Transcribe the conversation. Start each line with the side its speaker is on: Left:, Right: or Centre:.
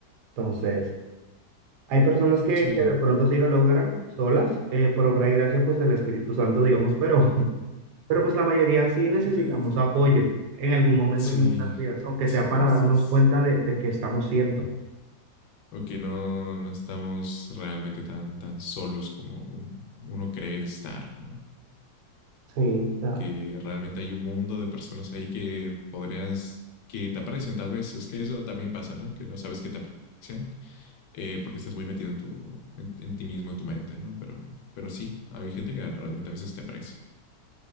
Right: Entonces, hay personas que,
Left: Sí.
Right: que de pronto sí lo logran solas, eh, por obra y gracia pues del Espíritu Santo, digamos, pero, <laughs> pero pues la mayoría sí necesitamos
Left: <laughs>
Right: apoyo en algún momento
Left: sí.
Right: de nuestras vidas, aunque
Left: Sí,
Right: sea para darnos
Left: sí, sí.
Right: cuenta de, de qué estamos siendo.
Left: Ok, no, no estamos realmente tan, tan solos como un- uno cree estar, ¿no?
Right: Sí, ah,
Left: que realmente hay un mundo de personas ahí que podrías, que te aprecian tal vez. Es que eso también pasa, ¿no? Que no sabes que te aprecian eh, porque estás muy metido en, tu, en, en, ti mismo, en tu mente, ¿no? Pero, pero sí, hay gente que realmente a veces te aprecia.